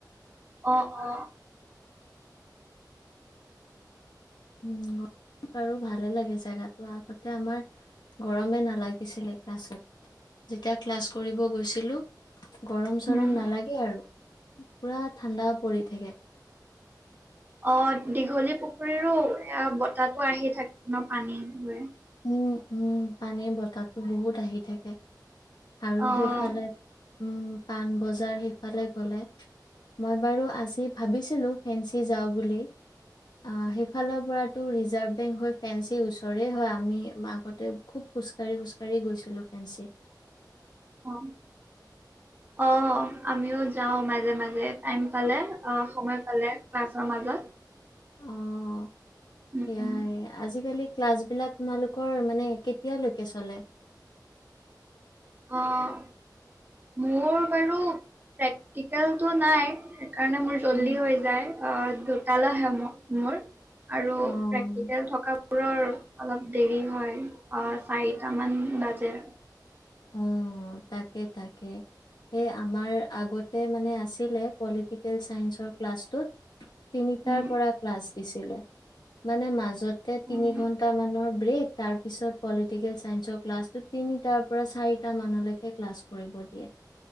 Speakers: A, on the right (about 25°); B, on the left (about 70°).
A: অ অ
B: উ বাৰু ভালে লাগে জোগাতটো আগতে আমাৰ গৰমে নালাগিছিলে ক্লাছত যেতিয়া ক্লাছ কৰিব গৈছিলো গৰম চৰম
A: উম,
B: নালাগে আৰু পুৰা ঠাণ্ডা পৰি থাকে
A: অ দীঘলী পুখুৰীৰো বতাহো আহি থাকে ন পানী গৰে
B: উম উম পানীৰ বতাহটো বহুত আহি থাকে আৰু
A: অ',
B: সেইফালে পাণবজাৰ সেইফালে গ'লে মই বাৰু আজি ভাবিছিলো ফেঞ্চি যাওঁ বুলি অ সেইফালৰ পৰা টো ৰিজাৰ্ভ বেংক হৈ ফেঞ্চিৰ ওচৰে হয় আমি আগতে খুব খোজ কাঢ়ি খোজ কাঢ়ি গৈছিলো ফেঞ্চিত
A: অঁ অঁ আমিও যাওঁ মাজে মাজে টাইম পালে অহ। সময় পালে ক্লাছৰ মাজত।
B: অঁ।
A: উম
B: সেয়াই
A: উম।
B: আজিকালি ক্লাছ বিলাক তোমালোকৰ মানে কেতিয়ালৈকে চলে।
A: অঁ মোৰ বাৰু প্ৰেক্টিকেলটো নাই। সেইকাৰণে মোৰ জল্দি
B: উম।
A: হৈ যায় অ দু কালহে মো মোৰ আৰু
B: অঁ
A: প্ৰেক্টিকেল থকাবোৰৰ অলপ দেৰি হয় অ চাৰিটামান বাজে।
B: উম। তাকে তাকে। এ আমাৰ আগতে মানে আছিলে পলিটিকেল চাইন্ঞ্চৰ ক্লাছটোত। তিনিটাৰ
A: উম
B: পৰা ক্লাছ দিছিলে। মানে মাজত তে
A: উম।
B: তিনি ঘন্টা মানৰ ব্ৰেক। তাৰপিছত পলিটিকেল চাইন্সৰ ক্লাছটোত তিনিটা পৰা চাৰিটা মানলৈকে ক্লাছ কৰিব দিয়ে,